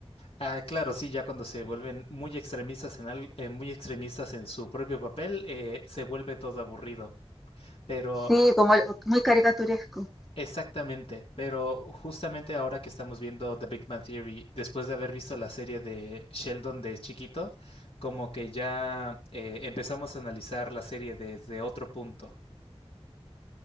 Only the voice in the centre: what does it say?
Sí, como el- muy caricaturesco.